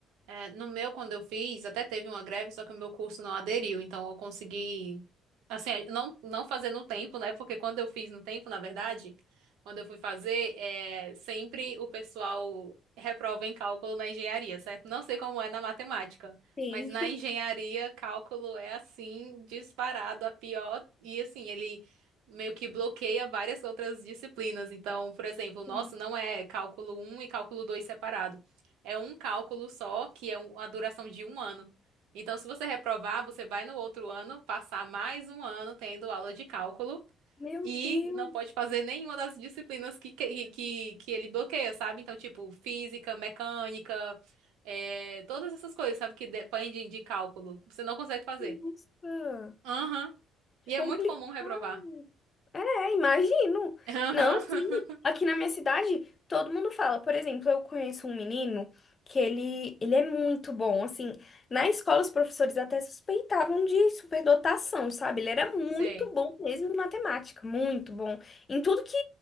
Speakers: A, on the right; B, on the left.
A: É, no meu, quando eu fiz, até teve uma greve, só que o meu curso não aderiu, então eu consegui, assim, não, não fazer no tempo, né? Porque quando eu fiz no tempo, na verdade, quando eu fui fazer, é, sempre o pessoal reprova em cálculo na engenharia, certo? Não sei como é na matemática,
B: tem.
A: mas na engenharia, cálculo é assim, disparado, a pior, e assim, ele meio que bloqueia várias outras disciplinas. Então, por exemplo, o nosso
B: <laughs>
A: não é cálculo um e cálculo 2 separado. É um cálculo só, que é um- a duração de um ano. Então, se você reprovar, você vai no outro ano passar mais um ano tendo aula de cálculo
B: Meu
A: e
B: Deus,
A: não pode fazer nenhuma das disciplinas que, que, que, que ele bloqueia, sabe? Então, tipo, física, mecânica, é, todas essas coisas, sabe, que dependem de cálculo. Você não consegue fazer.
B: nossa,
A: Aham. E é
B: complicado.
A: muito comum reprovar.
B: É, imagino.
A: Aham.
B: Não, sim.
A: <laughs>
B: Aqui na minha cidade, todo mundo fala. Por exemplo, eu conheço um menino que ele, ele é muito bom. Assim, na escola, os professores até suspeitavam de superdotação, sabe? Ele era muito
A: Sei.
B: bom mesmo em matemática, muito bom. Em tudo que,